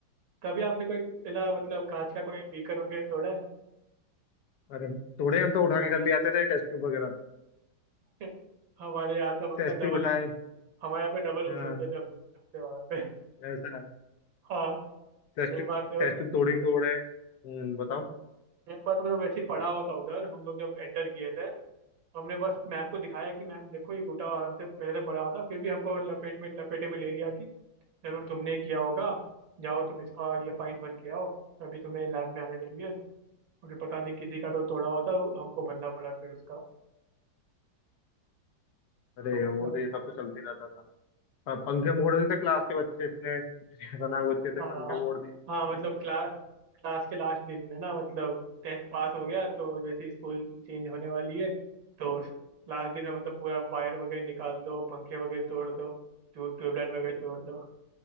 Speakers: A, on the right; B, on the left.
A: कभी आपने कोई पहला मतलब कांच का कोई बीकर वगैरह तोड़ा है
B: अरे थोड़े हम तो उठा के कर ले आते थे टेस्ट ट्यूब वगैरह तो
A: <laughs> हमारे यहाँ तो मतलब
B: टेस्ट
A: डबल
B: ट्यूब उठाए
A: हमारे यहाँ पे डबल
B: हाँ
A: वसूलते थे हम लोग करते वहाँ पे <laughs>
B: ऐसा
A: हाँ
B: टेस्ट
A: एक बार तो
B: टेस्ट ट्यूब तोड़े ही तोड़े हम्म बताओ
A: एक बार तो मतलब वैसे ही पड़ा हुआ था उधर हम लोग जब एंटर किए थे हमने बस मैम को दिखाया कि मैम देखो ये टूटा हुआ आराम से पहले से पड़ा हुआ था फिर भी हमको लपेट में लपेटे में ले लिया कि जरूर तुमने ही किया होगा जाओ तुम इसका ये फाइन भर के आओ तभी तुम्हें लैब में आने देंगे और फिर पता नहीं किसी का तो तोड़ा हुआ था हमको भरना पड़ा फिर उसका
B: अरे
A: तो मतलब
B: वो तो ये सब तो चलते रहता था प- पंखे मोड़ देते क्लास के बच्चे इतने इतने खतरनाक बच्चे थे
A: हाँ
B: पंखे मोड़ दिए
A: हाँ मतलब क्लास क्लास के लास्ट दिन में ना मतलब टेंथ पास हो गया तो जैसे ही स्कूल चेंज होने वाली है तो लास्ट दिन में मतलब पूरा वायर वगैरह निकाल दो पंखे वगैरह तोड़ दो ट्यूब ट्यूबलाइट वगैरह तोड़ दो